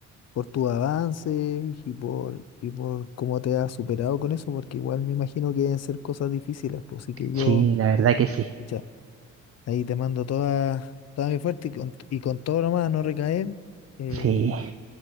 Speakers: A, on the left; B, on the right.
A: por tus avances y por, y por cómo te has superado con eso, porque igual me imagino que deben ser cosas difíciles, pues así que yo,
B: Sí, la verdad que sí.
A: pucha, ahí te mando toda, toda mi fuerza y con, y con todo nomás a no recaer, eh,
B: Sí,